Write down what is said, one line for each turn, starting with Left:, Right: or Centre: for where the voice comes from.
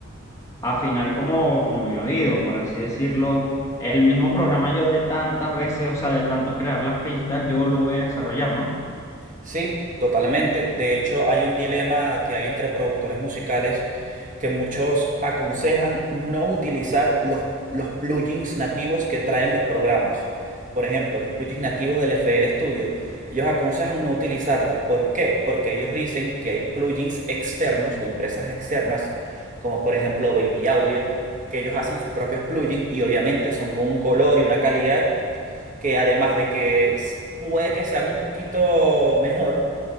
Left: afinar como, como mi oído, por así decirlo, el mismo programa yo de tantas veces, o sea, de tanto crear las pistas, yo lo voy a desarrollar, ¿no?
Right: Sí, totalmente. De hecho, hay un dilema que hay entre productores musicales que muchos aconsejan no utilizar los, los plugins nativos que traen los programas. Por ejemplo, los plugins nativos del FL Studio. Ellos aconsejan no utilizarlos. ¿Por qué? Porque ellos dicen que hay plugins externos de empresas externas, como por ejemplo Baby Audio, que ellos hacen sus propios plugins y obviamente son con un color y una calidad que además de que s- puede que sean un poquito mejor,